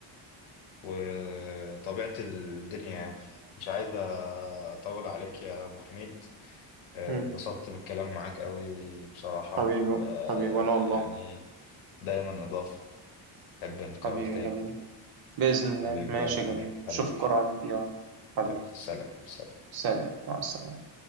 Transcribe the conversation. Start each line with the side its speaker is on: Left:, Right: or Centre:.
Left: وطبيعة الدنيا يعني مش عايز أطول عليك يا أبو حميد آه،
Right: م.
Left: اتبسطت بالكلام معاك قوي بصراحة
Right: حبيبي
Left: ويعني
Right: حبيبي انا والله
Left: دايما إضافة أحب نكرر
Right: حبيبي
Left: تاني
Right: يا جميل بإذن الله
Left: حبيبي
Right: ماشي
Left: يا ابو حميد
Right: يا جميل
Left: حبيبي
Right: اشوفك قريب يلا حبيبي
Left: يلا سلام سلام
Right: سلام مع السلامة